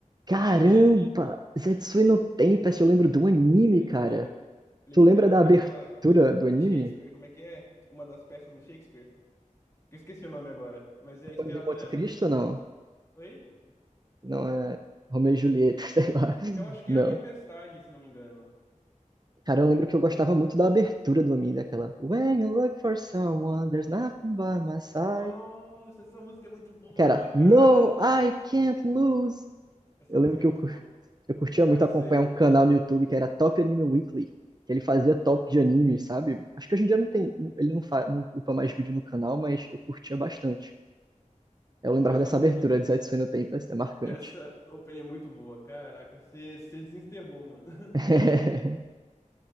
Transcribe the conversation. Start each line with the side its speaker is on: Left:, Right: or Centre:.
Right: Caramba!
Left: é, que é, ins-
Right: Zetsui
Left: ele-
Right: no Tempest, eu lembro do anime,
Left: bem
Right: cara.
Left: maneiro. Ele
Right: Tu
Left: é inspirado
Right: lembra da abertura
Left: naquela
Right: do
Left: de
Right: anime?
Left: Shakespeare, como é que é? Uma das peças do Shakespeare. Que eu esqueci o nome agora, mas é inspirado
Right: Conde de Monte
Left: nela.
Right: Cristo, não?
Left: Oi?
Right: Não é Romeu e Julieta, <laughs> sei lá.
Left: Eu acho que
Right: Não.
Left: é A Tempestade, se não me engano.
Right: Cara, eu lembro que eu gostava muito da abertura do anime, daquela When you look for someone, there's nothing by my side.
Left: Nossa, essa música é muito boa,
Right: Que era
Left: cara.
Right: No, I can't lose.
Left: Essa
Right: Eu
Left: música
Right: lembro que
Left: é muito
Right: eu, cur-
Left: boa.
Right: eu curtia
Left: Cara,
Right: muito
Left: que
Right: acompanhar
Left: você.
Right: um canal no YouTube que era Top Anime Weekly. que Ele fazia top de animes, sabe? Acho que hoje em dia não tem, ele não, fa, não upa mais vídeo no canal, mas eu curtia bastante. Eu lembrava
Left: Pô, essa,
Right: dessa abertura de Zetsu no Tempo, é marcante.
Left: Essa open é muito boa, caraca, você desenterrou, mano.
Right: <laughs>
Left: <laughs>